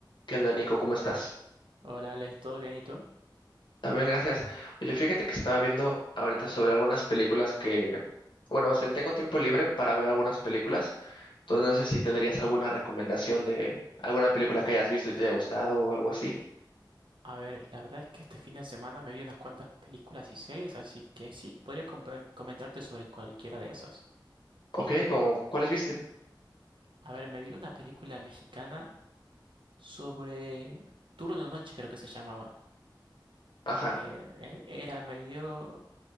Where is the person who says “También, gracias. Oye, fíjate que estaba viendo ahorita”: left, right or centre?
Left